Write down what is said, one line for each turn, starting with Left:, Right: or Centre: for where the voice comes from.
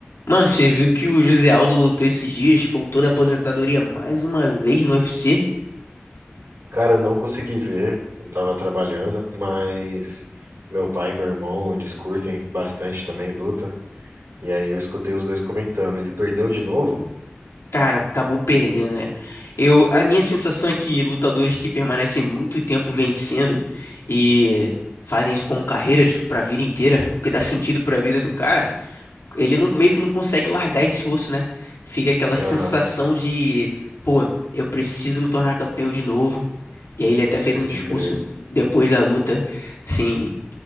Left: Mano, você viu que o José Aldo lutou esses dias, voltou da aposentadoria mais uma vez no UFC?
Right: Cara, eu não consegui ver, eu tava trabalhando, mas meu pai e meu irmão, eles curtem bastante também luta. E aí eu escutei os dois comentando, ele perdeu de novo?
Left: Cara, acabou perdendo, né? Eu, a minha sensação é que lutadores que permanecem muito tempo vencendo e fazem isso como carreira, tipo, pra vida inteira, o que dá sentido pra vida do cara, ele não- meio que não consegue largar esse osso, né? Fica aquela
Right: Aham,
Left: sensação de, pô, eu preciso me tornar campeão de novo. E aí ele até fez
Right: pode
Left: um discurso
Right: crer.
Left: depois da luta, assim.